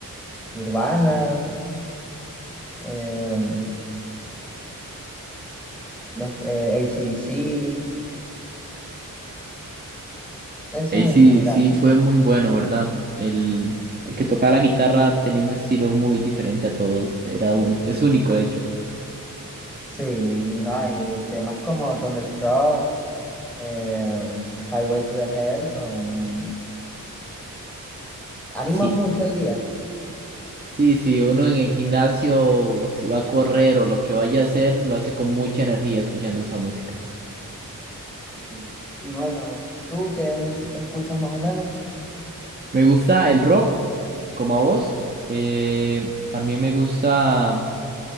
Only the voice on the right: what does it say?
Ahí sí,
sí fue muy bueno, ¿verdad? El, el que tocaba la guitarra tenía un estilo muy diferente a todos. Era un- es único, de hecho.
Sí,
Sí, sí, uno en el gimnasio, si va a correr o lo que vaya a hacer, lo hace con mucha energía escuchando esa música.
Me gusta el rock, como a vos. eh, también me gusta